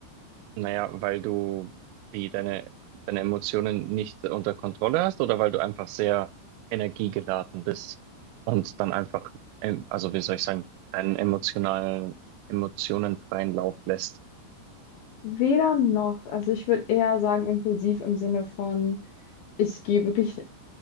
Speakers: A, on the right (about 85°); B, on the left (about 75°).
A: naja, weil du wie deine, deine Emotionen nicht unter Kontrolle hast oder weil du einfach sehr energiegeladen bist und dann einfach, ähm, also wie soll ich sagen, deinen emotionalen, Emotionen freien Lauf lässt.
B: Weder noch. Also ich würde eher sagen, impulsiv im Sinne von, ich gehe wirklich,